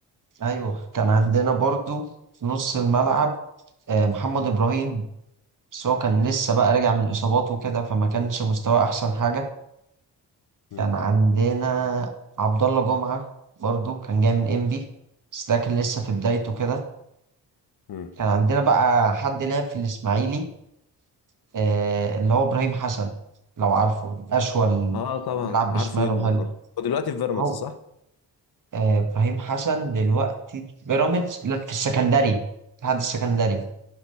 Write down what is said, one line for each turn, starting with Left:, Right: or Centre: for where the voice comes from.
Right: ايوه كان عندنا برضو في نص الملعب آه، محمد ابراهيم بس هو كان لسه بقى راجع من الإصابات وكده فما كانش مستواه أحسن حاجة
Left: مم.
Right: كان عندنا عبد الله جمعة برضو كان جاي من إنبي بس ده كان لسه في بدايته كده
Left: مم.
Right: كان عندنا بقى حد لعب في الإسماعيلي آه اللي هو إبراهيم حسن لو عارفه أشول
Left: اه طبعا
Right: بيلعب بشماله
Left: عارفه جدا
Right: حلو
Left: طبعا هو دلوقتي في بيراميدز
Right: هو
Left: صح؟
Right: آه إبراهيم حسن دلوقتي في بيراميدز لا في السكندري في الاتحاد السكندري